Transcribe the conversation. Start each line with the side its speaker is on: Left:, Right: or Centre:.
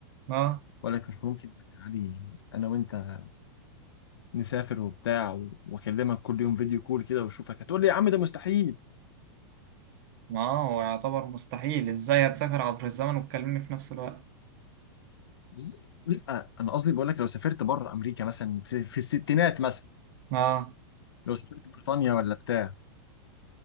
Right: لا
Left: وأقول لك مش ممكن يعني يا علي انا وانت نسافر وبتاع و- واكلمك كل يوم فيديو كول كده واشوفك هتقول لي يا عم ده مستحيل
Right: ما هو يعتبر مستحيل إزاي هتسافر عبر الزمن وتكلمني في نفس الوقت
Left: بز- لا انا قصدي بقول لك لو سافرت بره امريكا مثلا س- في الستينات مثلا
Right: آه
Left: لو سافرت بريطانيا ولا بتاع